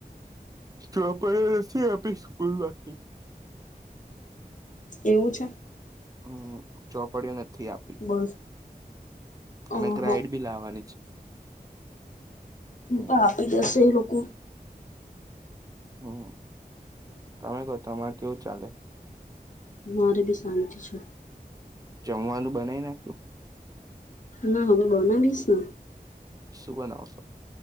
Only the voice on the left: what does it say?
એવું છે
બોલ અ
હ
પાપી દસેે એ લો બોલ.
મારે બી શાંતિ છે.
ના હવે બનાવીશ ને.